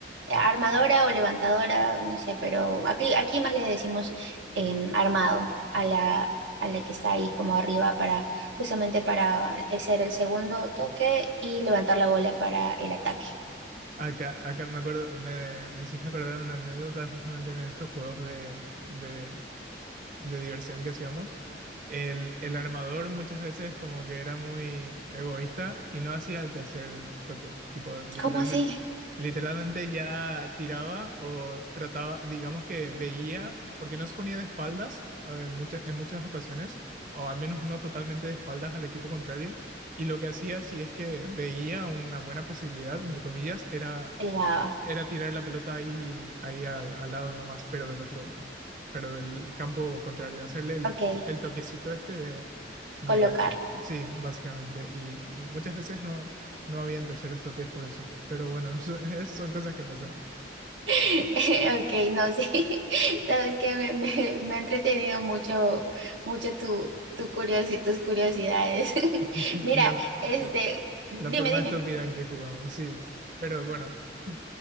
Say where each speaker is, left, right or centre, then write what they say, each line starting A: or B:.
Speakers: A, on the right; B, on the right.
A: Armadora o levantadora, no sé, pero aquí, aquí más le decimos em, armado a la, a la que está ahí como arriba para, justamente para hacer el segundo toque y levantar la bola para el ataque.
B: Acá, acá me acuerdo, me, me hiciste acordar una anécdota justamente en estos juegos de, de, de diversión que hacíamos, el, el armador muchas veces como que era muy egoísta y no hacía el tercer toque. Tipo, literalmente,
A: ¿Cómo así?
B: literalmente ya tiraba o trataba, digamos que veía, porque no se ponía de espaldas. eh, En muchas, en muchas ocasiones, o al menos no totalmente de espaldas al equipo contrario, y lo que hacía si es que veía una buena posibilidad, entre comillas, era
A: El baba.
B: era tirar la pelota ahí, ahí al, al lado nomás, pero del otro, pero del campo contrario, hacerle el,
A: Ok,
B: t- el toquecito este de, de,
A: colocar.
B: sí, básicamente. Y muchas veces no, no habían terceros toques por eso. Pero bueno, so- <laughs> es- son cosas que pasan.
A: <laughs> Ok, no, sí. <laughs> Sabes que me, me- me ha entretenido mucho, mucho tu, tu curiosi- tus curiosidades. <laughs>
B: <laughs>
A: Mira,
B: La,
A: este,
B: la,
A: dime,
B: la forma
A: dime.
B: estúpida en que jugamos, sí. Pero bueno, <laughs>